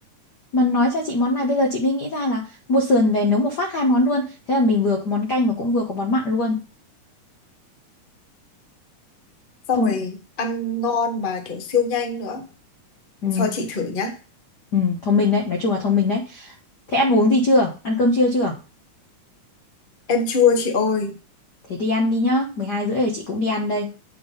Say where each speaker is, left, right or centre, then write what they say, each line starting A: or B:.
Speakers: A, on the left; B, on the left.
A: Mà nói cho chị món này bây giờ chị mới nghĩ ra là mua sườn về nấu một phát hai món luôn. Thế là mình vừa có món canh và cũng vừa có món mặn luôn.
B: xong
A: Thông
B: rồi ăn ngon mà kiểu siêu nhanh nữa
A: ừ,
B: Lần sau chị thử nhá
A: ừ, thông minh đấy, nói chung là thông minh đấy. Thế ăn uống gì chưa? Ăn cơm trưa chưa?
B: em chua chị ơi
A: Thế đi ăn đi nhá, 12 rưỡi rồi chị cũng đi ăn đây.